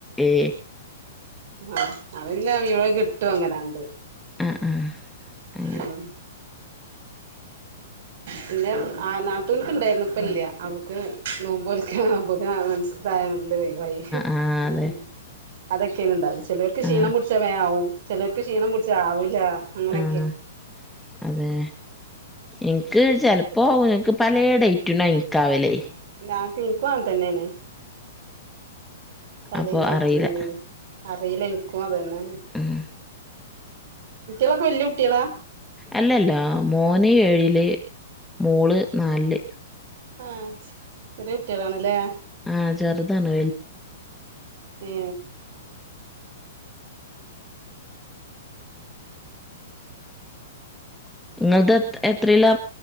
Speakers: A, in the centre; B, on the right.
A: ഏ
B: ആ അത് പിന്നെ മിവൻ കിട്ടും അങ്ങനാണ്ട്
A: ആ ആ അങ്ങനെ
B: ഉം പിന്നെ ആ നാത്തുൻക്ക് ഇണ്ടായ്ന്നു ഇപ്പല്ല്യ അവൾക്ക് നോമ്പോൽക്കാൻ ആവുമ്പോക്കിന് മെൻസസ് ആ ഐനോട്ണ്ട് ഒയിവായി
A: ആ
B: ഉം
A: അതെ
B: ഉം അതൊക്കേണ് ഇണ്ടാവല് ചെലോര്ക്ക് ക്ഷീണം
A: ആ
B: പുടിച്ചാ വേം ആവും ചെലോര്ക്ക് ക്ഷീണം പുടിച്ചാ ആവൂലാ അങ്ങനെ
A: ആഹ് അതെ ഇനിക്ക് ചെല പോണെ ഇന്ക് പലേ ഡേറ്റ്നാ എന്ക്ക് ആവലെ
B: <unintelligible> തന്നെണെ പല
A: അപ്പൊ
B: ഡേറ്റിന്
A: അറിയില്ല
B: നന്നെയാണ് അറിയില്ല ഇൻക്കും അതന്നാണ്
A: ഉം
B: കുട്ടികളൊക്കെ വല്ല്യാ കുട്ട്യാളാ
A: അല്ലല്ലാ മോന് ഏഴില് മോള് നാലില്
B: ആഹ് ചെറിയ കുട്ടികളാണല്ലേ
A: ആ ചെറ്താണ്
B: ഏ
A: ഇങ്ങളത് എത്രേലാ